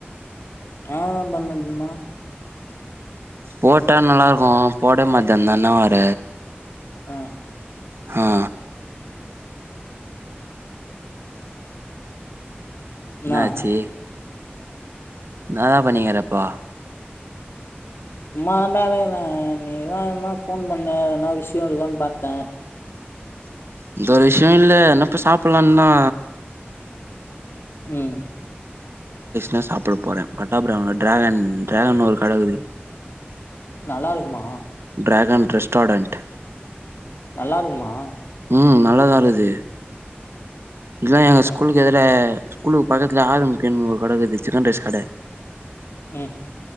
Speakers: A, on the left; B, on the right.
A: ஏ தா பண்ணதுன்னா
B: போட்டா நல்லார்க்கு போடே மாட்டன் தண்ண வாற
A: ஆ
B: ஹா
A: என்னா
B: ன்னாச்சி நாதா பண்ணிகிறப்போ
A: சும்மாதான்டாலே நீதா எத்னா போன் பண்ண என்னா விஷயொ இருக்குன் பாத்த
B: இந்த ஒரு விஷயொ இல்ல என்னப்ப சாப்புல்லா தா
A: ம்
B: ந சாப்புட போற பட்டாபுறான் உள்ள ட்ரேகன் ட்ரேகன்னு ஒரு கடகுது
A: நல்லார்க்குமா
B: ட்ரேகன் ட்ரெஸ்டாடண்ட்
A: நல்லா இருக்குமா
B: ம் நல்லாதா இருது இங்குதா எங்க ஸ்கூலுக்கு
A: ஆ
B: எதிர ஸ்கூலுக்கு பக்கத்துல ஆர் எம் கே ன்னு ஒரு கடை இக்குது சிக்கன் ரைஸ் கடை
A: ம்